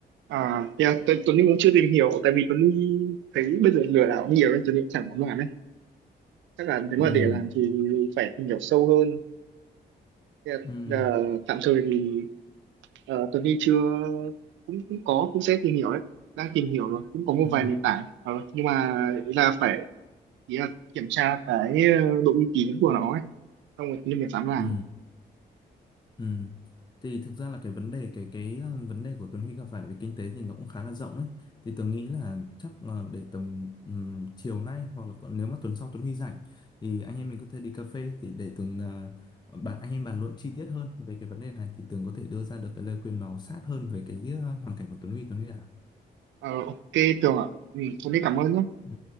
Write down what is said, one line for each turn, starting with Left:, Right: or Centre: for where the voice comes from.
Right: à yeah, Tuấn Tuấn Linh cũng chưa tìm hiểu tại vì Tuấn Linh thấy bây giờ lừa đảo nhiều nên Tuấn Linh chẳng dám làm ấy chắc là nếu mà
Left: ừ
Right: để làm thì phải tìm hiểu sâu hơn Thế
Left: ừ
Right: là, ờ, tạm thời thì Ờ, Tuấn Huy chưa cũng cũng có cũng sẽ tìm hiểu đấy đang tìm hiểu rồi cũng có một
Left: ừ
Right: vài nền tảng Ờ, nhưng mà ý là phải ý là kiểm tra cái ờ, độ uy tín của nó ấy xong rồi Tuấn Huy mới dám làm
Left: ừ Ừ. Thì thực ra là cái vấn đề cái cái ờ, vấn đề của Tuấn Huy gặp phải về kinh tế thì nó cũng khá là rộng ấy. Thì Tường nghĩ là chắc ờ, để tầm ừm, chiều nay hoặc là còn nếu mà tuần sau Tuấn Huy rảnh thì anh em mình có thể đi cà phê thì để Tường ờ, bạn anh em bàn luận chi tiết hơn về cái vấn đề này thì Tường có thể đưa ra được cái lời khuyên nó sát hơn về cái ờ, hoàn cảnh của Tuấn Huy Tuấn Huy à.
Right: Ờ, ok Tường ạ ừ, Tuấn Huy cảm ơn nhé
Left: Ừ.